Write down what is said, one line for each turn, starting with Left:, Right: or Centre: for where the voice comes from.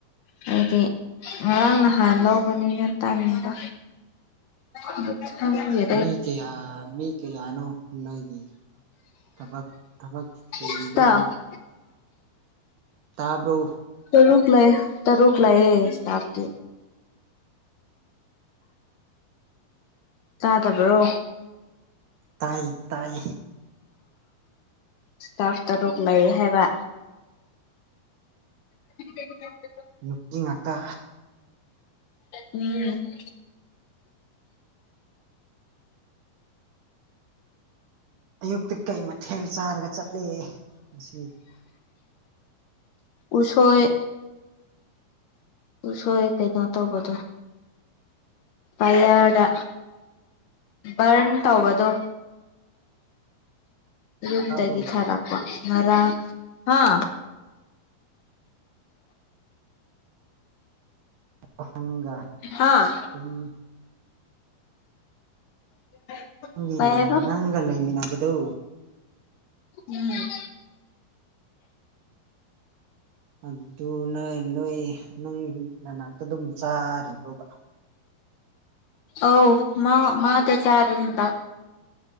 Left: ꯍꯥꯏꯗꯤ ꯉꯔꯥꯡ ꯅꯍꯥꯟ ꯂꯧꯕꯅꯤꯅ ꯇꯟꯕ ꯑꯗꯨ ꯊ
Right: ꯃꯤ ꯀꯌꯥ ꯃꯤ ꯀꯌꯥꯅꯣ ꯅꯣꯏꯒꯤ ꯕ ꯊꯕꯛ ꯁꯨꯔꯤꯗꯧꯅ
Left: ꯏꯁꯇꯥꯐ
Right: ꯇꯥꯕ꯭ꯔꯣ
Left: ꯇꯔꯨꯛ ꯂꯩ ꯇꯔꯨꯛ ꯂꯥꯛꯑꯦ ꯏꯁꯇꯥꯐꯇꯤ ꯆꯥꯗꯕ꯭ꯔꯣ
Right: ꯇꯥꯏ ꯇꯥꯏ
Left: ꯏꯁꯇꯥꯞ ꯇꯔꯣꯛꯅꯩ ꯍꯥꯏꯕ <unintelligible>
Right: ꯅꯨꯄꯤ ꯉꯥꯛꯇ
Left: ꯎꯝ
Right: ꯑꯌꯨꯛꯇ ꯀꯩ ꯃꯊꯦꯜ ꯆꯥꯔꯒ ꯆꯠꯂꯦ ꯃꯁꯤ
Left: ꯎꯁꯣꯏ ꯎꯁꯣꯏ ꯀꯩꯅꯣ ꯇꯧꯕꯗꯣ ꯄꯌꯥꯔꯗ ꯕꯔꯟ ꯇꯧꯕꯗꯣ ꯌꯨꯝꯗꯒꯤ
Right: ꯇꯥꯕ꯭ꯔꯣ
Left: ꯊꯔꯛ ꯉꯥꯔꯡ ꯍꯥꯥ
Right: ꯅꯪꯒ
Left: ꯍꯥꯥ
Right: ꯑꯗꯨꯝ
Left: <unintelligible>
Right: ꯅꯪꯒꯤ
Left: ꯍꯥꯏꯕ
Right: ꯅꯪꯒ ꯂꯩꯃꯤꯟꯅꯕꯗꯨ
Left: ꯎꯝ
Right: ꯑꯗꯨ ꯅꯣꯏ ꯅꯣꯏ ꯅꯪ ꯅꯅꯥꯛꯇ ꯑꯗꯨꯝ ꯆꯥꯔꯤꯕꯣꯕ
Left: ꯑ ꯃꯥ ꯃꯥ ꯇ ꯆꯥꯔꯤ ꯍꯟꯗꯛ